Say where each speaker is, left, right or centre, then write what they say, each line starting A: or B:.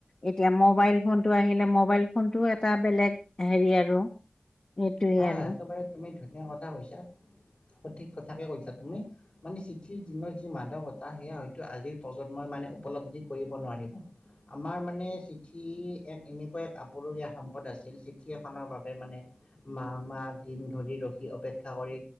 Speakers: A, on the left; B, on the left.
A: এতিয়া মবাইল ফোনটো আহিলে মবাইল ফোনটো এটা বেলেগ হেৰি আৰু এইটোৱে
B: হয়
A: আৰু।
B: একেবাৰে তুমি ধুনীয়া কথা কৈছা সঠিক কথাকে কৈছা তুমি। মানে চিঠিৰ দিনৰ যি মাদকতা সেয়া হয়তো আজিৰ প্ৰজন্মই মানে উপলব্ধি কৰিব নোৱাৰিব। আমাৰ মানে চিঠি এক এনেকুৱা এক আপুৰুগীয়া সম্পদ আছিল চিঠি এখনৰ বাবে মানে মাহ -মাহ দিন ধৰি ৰখি অপেক্ষা কৰি